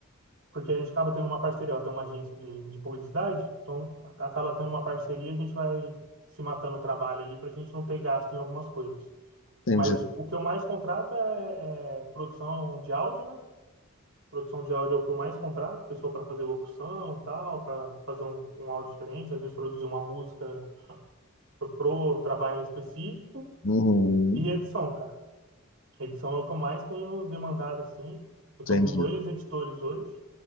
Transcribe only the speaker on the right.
porque a gente acaba tendo uma parceria, ela tem uma agência de, de publicidade, então acaba tendo uma parceria, a gente vai se matando o trabalho ali para a gente não ter gasto em algumas coisas.
Mas o que eu mais contrato é, é produção de áudio, né? Produção de áudio é o que eu mais contrato, pessoa para fazer locução, tal, para fazer um, um áudio diferente, às vezes produzir uma música pro, pro trabalho em específico
e edição, cara. Edição é o que eu mais tenho demandado assim. Eu tô
com dois editores hoje.